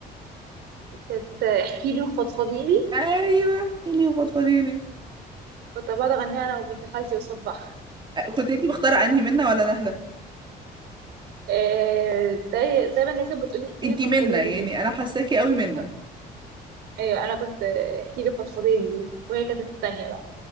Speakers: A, on the right (about 80°); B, on the right (about 25°).
A: كانت آه، احكي لي وفضفضي لي
B: ايوه احكي لي وفضفضي لي
A: كنت بقعد اغنيها انا وبنت خالتي قصاد بعض
B: كنت انتي مختاره انهي منا ولا نهله
A: آه، زي زي ما اللي كانت بتقولي احكي
B: انتي
A: لي فضفضي
B: منا
A: لي
B: يعني
A: دي
B: انا حاساكي قوي منا
A: أو. ايوه انا كنت آه، احكي لي فضفضي لي دي وهي كانت التانية بقى